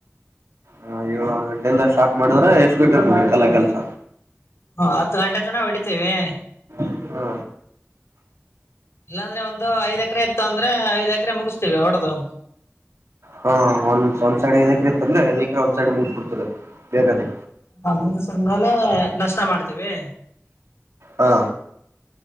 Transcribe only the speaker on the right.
ಹಾ ಯಾವ ಆರ್ ಗಂಟೆಯಿಂದ ಸ್ಟಾರ್ಟ್ ಮಾಡಿದ್ರೆ ಎಷ್ಟು ಗಂಟೆಗ್ ಮುಗಿಯುತ್ತಲೆ ಕೆಲ್ಸ.
ಹ್ಮ
ಹಾ ಒಂದ ಒಂದ್ ಸೈಡ್ ಐದೇಕ್ರೆ ಇತ್ತಂದ್ರೆ ಐದೇಕ್ರೆ ಒಂದ್ ಸೈಡ್ ಮುಗಿಸ್ ಬಿಡ್ತೀರಿ. ಬೇಗನೆ
ಹಾ